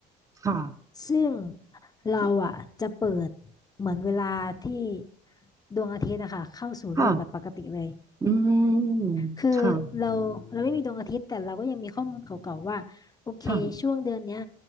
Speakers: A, on the right (about 20°); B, on the left (about 20°).
A: ค่ะ
B: ซึ่งเราอ่ะจะเปิดเหมือนเวลาที่ดวงอาทิตย์นะคะเข้าสู่โลกแบบปกติเลย
A: ค่ะอืม
B: คือเราเราไม่มีดวงอาทิตย์แต่เราก็ยังมีข้อมูลเก่าๆว่าโอเคช่วงเดือนเนี้ย
A: ค่ะค่ะ